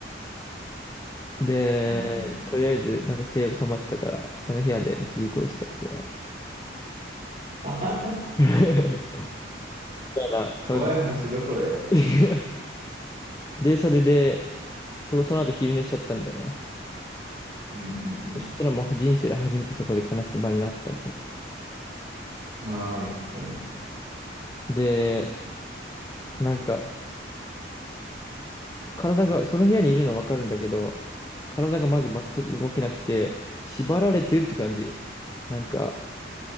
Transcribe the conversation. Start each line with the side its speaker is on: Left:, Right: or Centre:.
Left: で、
Right: うん、うん。うん
Left: とりあえず、なんか性欲溜まってたから、その部屋で自慰行為したみたいな。
Right: あはは
Left: <laughs> みたいなそういう。
Right: 怖い話どこだよ。
Left: <laughs> で、それで、そ、その後昼寝しちゃったんだよね。
Right: うん、うん、
Left: そしたらもう人生で初めてそこで悲しみ場になったみたい
Right: うん。ああ、言ってたね。
Left: な。で、なんか、体が、その部屋にいるのはわかるんだけど、体がまず全く動けなくて、縛られてるって感じ。なんか、